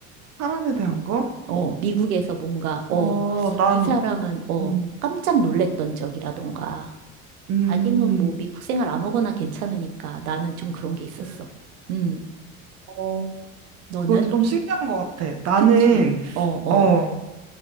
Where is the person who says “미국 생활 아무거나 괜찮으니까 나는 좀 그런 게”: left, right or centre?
Right